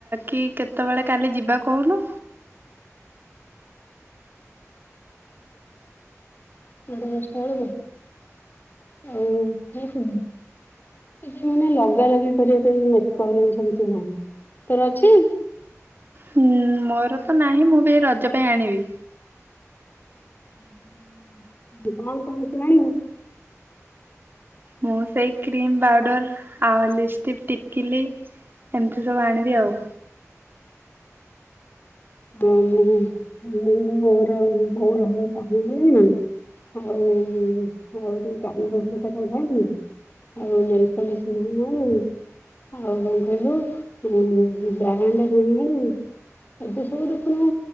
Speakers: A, on the right (about 40°); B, on the left (about 40°).
A: କି କେତେବେଳେ କାଲି ଯିବା କହୁନୁ
B: ସାଢେ ଦଶଟା ବେଳକୁ ଆଉ ମାନେ ଲଗା ଲଗି କରିବା ପାଇଁ ଜିନିଷ କିଛି ନାହିଁ ତୋର ଅଛି
A: ହୁଁ ମୋର ତ ନାହିଁ ମୁଁ ବି ରଜ ପାଇଁ ଆଣିବି।
B: <unintelligible>
A: ମୁଁ ସେଇ କ୍ରିମ ପାଉଡର ଆଉ ଲପଷ୍ଟିକ୍ ଟିକିଲି ଏମିତି ସବୁ ଆଣିବି ଆଉ।
B: ହଁ ମୁଁ <unintelligible> ସବୁ ଦେଖୁନୁ